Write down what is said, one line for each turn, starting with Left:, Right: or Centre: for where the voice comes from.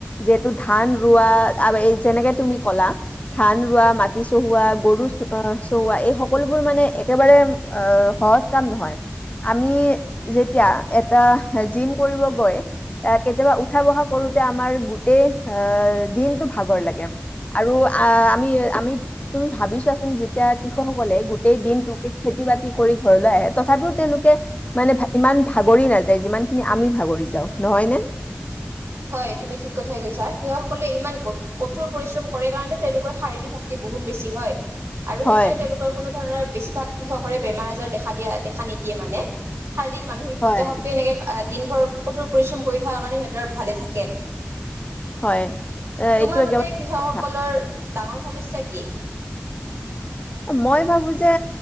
Left: যিহেতু ধান ৰোৱা এই যেনেকে তুমি কলা ধান ৰোৱা মাটি চহোৱা গৰু চহোৱা এই সকলোবোৰ মানে একেবাৰে আহ সহজ কাম নহয় আমি যেতিয়া এটা জিম কৰিব গৈ কেতিয়াবা উঠা বহা কৰোতে আমাৰ গোটেই আহ দিনটো ভাগৰ লাগে আৰু আহ আমি আমি তুমি ভাবি চোৱাচোন যেতিয়া কৃষকসকলে গোটেই দিনটোক খেতি বাতি কৰি ঘৰলৈ আহে তথাপিও তেওঁলোকে মানে ইমান ভাগৰি নাযায় যিমানখিনি আমি ভাগৰি যাও নহয় নে
Right: হয় তুমি ঠিক কথাই কৈছা কৃষকসকলে ইমান কঠোৰ পৰিশ্ৰম কৰে কাৰণতে তেওঁলোকৰ শাৰীৰিক শক্তি বহুত বেছি হয় আৰু
Left: হয়
Right: সেইকাৰণে তেওঁলোকৰ কোনো ধৰণৰ বেছিভাগ কৃষকৰে বেমাৰ আজাৰ দেখা দিয়া দেখা নিদিয়ে মানে শাৰীৰিক মানসিক দুয়োটা
Left: হয়।
Right: শক্ত এনেকে দিন ভৰ কঠোৰ পৰিশ্ৰম কৰি থকাৰ কাৰণে সিহঁতৰ ভালে থাকে
Left: হয় এ,
Right: তোমাৰ
Left: এইটো একেবাৰে
Right: মতে কৃষকসকলৰ
Left: সঁচা।
Right: ডাঙৰ সমস্যা কি
Left: মই ভাবো যে